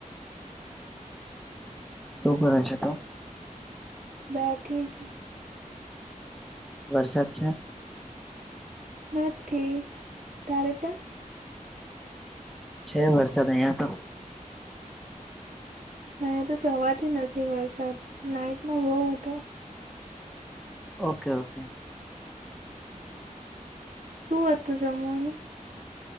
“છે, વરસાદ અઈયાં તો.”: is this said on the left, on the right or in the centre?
Centre